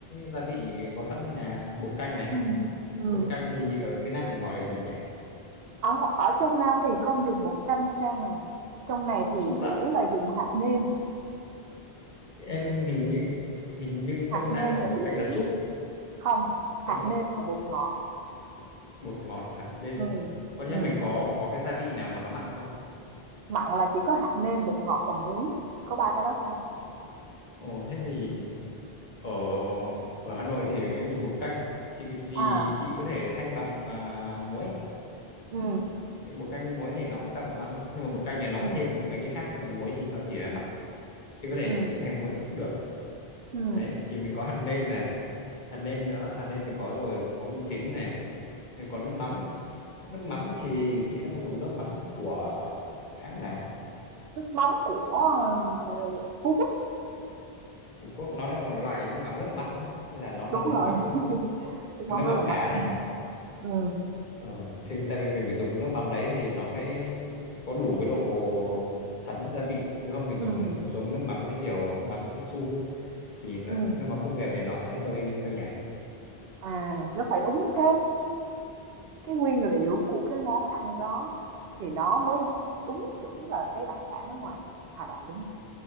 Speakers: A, on the left; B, on the right.
A: gia vị có sẵn trong nhà này. bột canh này
B: ừm, ừm.
A: bột canh thì ở miền Nam mình gọi là gì nhỉ
B: Ở, ở trong Nam thì không dùng bột canh sang à. Trong này thì
A: súp
B: chủ
A: ạ
B: yếu là dùng hạt nêm,
A: em hình như hình như
B: hạt
A: trong
B: nêm
A: Nam gọi
B: là
A: bột
B: chủ
A: canh
B: yếu.
A: là súp
B: Không, hạt
A: còn
B: nêm và bột ngọt.
A: bột ngọt hạt nêm
B: Ừm,
A: có nghĩa
B: ừm.
A: mình có có cái gia vị nào mà nó mặn không
B: Mặn là chỉ có hạt nêm, bột ngọt và muối, chỉ có ba cái đó thôi.
A: Đấy. Ồ thế thì ở ở Hà Nội thì em dùng bột canh thì thì
B: À.
A: chị có thể thay bằng à, muối
B: ừ
A: cái bột canh với muối thì nó cũng tạo độ mặn thôi nhưng mà bột canh thì nó
B: ừ
A: có thêm mấy cái khác nhưng mà muối thì nó chỉ là mặn thì có thể
B: ừ
A: chị thay bằng muối cũng được
B: ừ
A: đấy thì mình có hạt nêm này hạt nêm nữa hạt nêm thì có rồi có mì chính này thì có nước mắm nước mắm thì chị đang dùng nước mắm của hãng nào
B: nước mắm của, ờ, Phú Quốc,
A: Phú Quốc nó là một loại nước mắm rất là mặn đúng không hay là nó là
B: đúng
A: nước
B: rồi,
A: mắm
B: <laughs> nước
A: nước
B: mắm rất
A: mắm
B: là mắc.
A: cá này
B: ừ
A: Ờ, thì tại vì mình phải dùng nước mắm đấy thì nó mới có đủ cái độ thấm gia vị chứ không mình
B: ừ
A: dùng nước, một số cái nước mắm đấy kiểu nước mắm Chinsu ấy, thì nó,
B: ừ
A: nước mắm công nghiệp thì nó sẽ hơi hơi nhạt
B: à, nó phải đúng
A: thì,
B: cái cái nguyên liệu của cái món ăn đó thì nó mới đúng chuẩn là cái đặc sản ở ngoài Hà Nội, đúng không